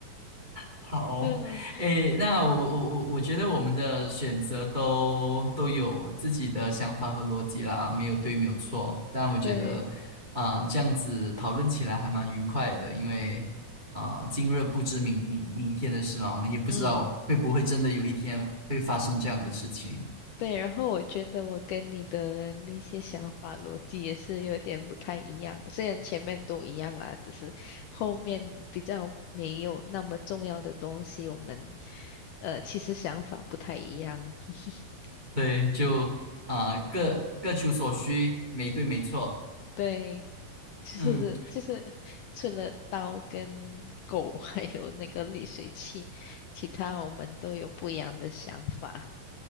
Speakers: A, on the right; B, on the left.
A: 好，
B: 嗯
A: 诶，那我我我我觉得我们的选择都都有自己的想法和逻辑啦，没有对，没有错。但我觉得啊、
B: 对，
A: 这样子讨论起来还蛮愉快的，因为啊、今日不知明明明天的事嘛，我们也不知道会不会真的有一天会发生这样的事情。
B: 嗯。对，然后我觉得我跟你的那些想法逻辑也是有点不太一样，虽然前面都一样啦，只是后面比较没有那么重要的东西，我们呃其实想法不太一样。<laughs>
A: 对，就啊、各各求所需，没对没错。
B: 对，就是就是除了刀跟狗，
A: 嗯，
B: <laughs> 还有那个滤水器，其他我们都有不一样的想法。